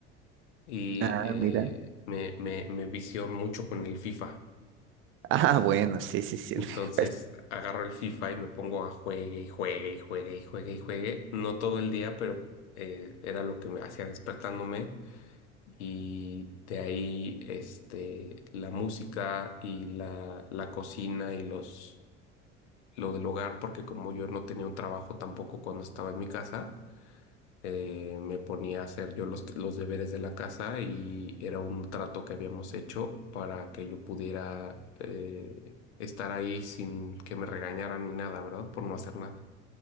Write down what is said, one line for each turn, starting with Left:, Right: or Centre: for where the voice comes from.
Left: y
Right: Ah,
Left: eh,
Right: mira.
Left: me, me, me vicio mucho con el FIFA.
Right: Ah, bueno, sí, sí, sí.
Left: Entonces
Right: <laughs> el FIFA es-
Left: agarro el FIFA y me pongo a juegue y juegue y juegue y juegue y juegue. No todo el día, pero eh, era lo que me hacía despertándome. Y de ahí este, la música y la, la cocina y los lo del hogar, porque como yo no tenía un trabajo tampoco cuando estaba en mi casa, eh, me ponía a hacer yo los, los deberes de la casa y era un trato que habíamos hecho para que yo pudiera eh, estar ahí sin que me regañaran ni nada, ¿verdad? Por no hacer nada.